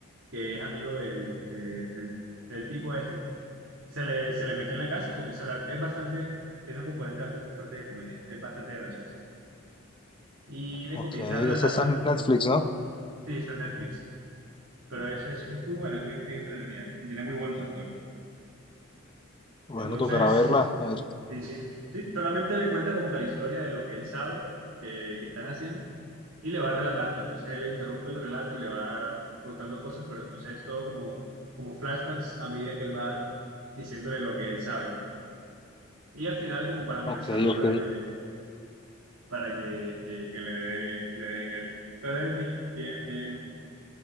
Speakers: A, on the right; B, on the left.
A: que es amigo del, de- del, del tipo este, se le, se le mete en la casa y comienza a hablar. Es bastante, tiene un componente bastante fuerte de comedia, es bastante gracioso. Y le
B: Ok.
A: comienza
B: Esa
A: a relatar
B: está
A: como,
B: en Netflix, ¿no?
A: sí, está en Netflix, pero es, es, es muy buena, es bien, bien entretenida y tiene muy buenos actores.
B: Bueno,
A: Entonces,
B: tocará verla. A ver.
A: sí, sí, sí, solamente le cuenta como que la historia de lo que él sabe que, que están haciendo y le va relatando. Entonces él interrumpe el relato y le va contando cosas, pero entonces es todo como, como flashbacks a medida que él va diciéndole lo que él sabe. Y al final como para amenazarlo
B: Ok, ok.
A: para que le, para que, que- que le dé, le dé dinero. Pero es bien, bien, bien,